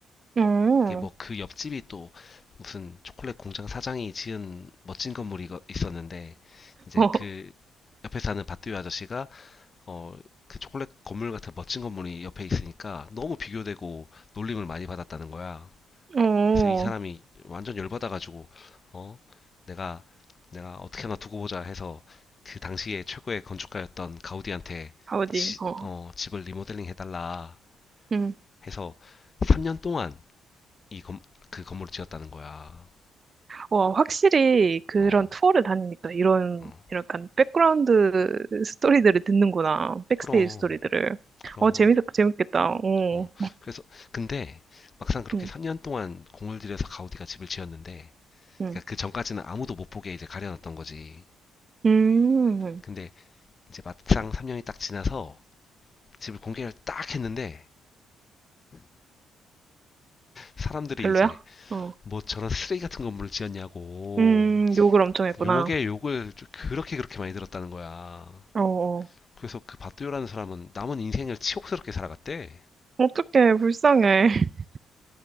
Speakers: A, on the right; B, on the left.
A: 어,
B: 이게 뭐 그 옆집이 또 무슨 초콜릿 공장 사장이 지은 멋진 건물이 거- 있었는데 이제
A: <laughs>
B: 그 옆에 사는 밭두유 아저씨가 어 그 초콜릿 건물 같은 멋진 건물이 옆에 있으니까 너무 비교되고 놀림을 많이 받았다는 거야.
A: 어,
B: 그래서 이 사람이 완전 열받아가지고 어 내가 내가 어떻게 하나 두고 보자 해서 그 당시에 최고의 건축가였던 가우디한테
A: 어디?
B: 지-
A: 어.
B: 어, 집을 리모델링 해달라
A: 음.
B: 해서 3년 동안 이 건, 그 건물을 지었다는 거야.
A: 와, 확실히 그런
B: 어,
A: 투어를 다니니까 이런
B: 어.
A: 약간 백그라운드 스토리들을 듣는구나. 백스테이지
B: 그럼,
A: 스토리들을.
B: 그럼.
A: 어, 재밌, 재밌겠다. 어.
B: 어. 그래서 근데 막상 그렇게
A: 음.
B: 3년 동안 공을 들여서 가우디가 집을 지었는데
A: 음.
B: 그러니까 그 전까지는 아무도 못 보게 이제 가려놨던 거지.
A: 음.
B: 근데 이제 막상 3년이 딱 지나서 집을 공개를 딱 했는데 사람들이
A: 별로야?
B: 이제
A: 어.
B: 뭐 저런 쓰레기 같은 건물을 지었냐고
A: 음, 욕을 엄청 했구나.
B: 욕에 욕을 그렇게 그렇게 많이 들었다는 거야.
A: 어. 어.
B: 그래서 그 바뚜요라는 사람은 남은 인생을 치욕스럽게 살아갔대.
A: 어떡해, 불쌍해. <laughs>